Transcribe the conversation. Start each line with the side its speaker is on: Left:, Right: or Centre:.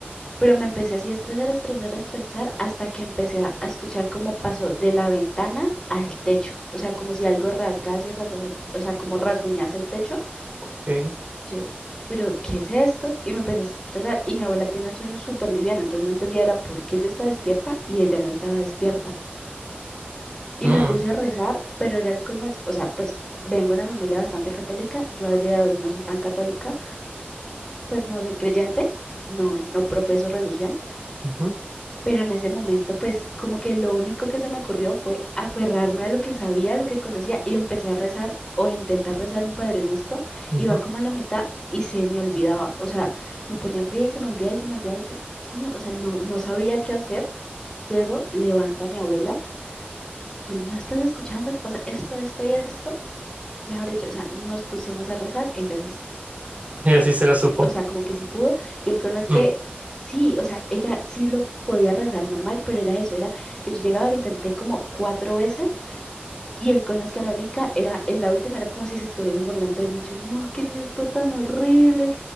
Left: pero me empecé así a estresar, a estresar, a estresar, hasta que empecé a a escuchar cómo pasó de la ventana al techo, o sea, como si algo rasgase y rasgase, el- o sea, como rasguñase el techo.
Right: ok.
Left: Yo, pero ¿qué es esto? Y me empecé a estresar y mi abuela tiene el sueño súper liviano, entonces no entendía era por qué yo estaba despierta y ella no estaba despierta. Y
Right: Mm,
Left: me puse a rezar, pero era el colmo, es- o sea, pues vengo de una familia bastante católica, yo al día de hoy no soy tan católica, pues no soy creyente, no, no profeso religión
Right: ujú,
Left: Pero en ese momento, pues como que lo único que se me ocurrió fue aferrarme a lo que sabía, a lo que conocía y empecé a rezar o a intentar rezar un Padre Nuestro.
Right: ujú.
Left: Iba como a la mitad y se me olvidaba. O sea, me ponía fría y se me olvidaba y se me olvidaba. Y yo, Dios mío, o sea, no, no sabía qué hacer. Llego, levanto a mi abuela. Yo, ¿no estás escuchando qué pasa? Esto, esto y esto. Mejor dicho, o sea, nos pusimos a rezar. Ella sí
Right: Ella sí se lo supo.
Left: o sea, como que sí pudo, y el colmo es
Right: Mm,
Left: que sí, o sea, ella sí lo podía rezar normal, pero era eso, era que yo llegaba, lo intenté como cuatro veces, y el colmo es que en la única, era, en la última era como si se estuviesen burlando de mí, yo, no, ¿qué es esto tan horrible?